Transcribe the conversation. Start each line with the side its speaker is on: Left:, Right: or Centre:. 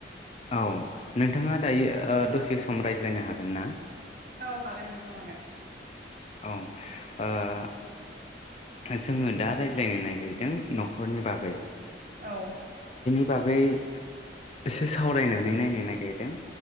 Left: औ नोंथाङा दायो दसे सम रायज्लायनो हागोन ना?
Right: औ हागोन नोंथां हागोन
Left: औ ओ जोङो दा रायज्लायनो नागिरदों न'खरनि बागै
Right: औ
Left: बागै एसे सावरायनानै नायनो नागिरदों।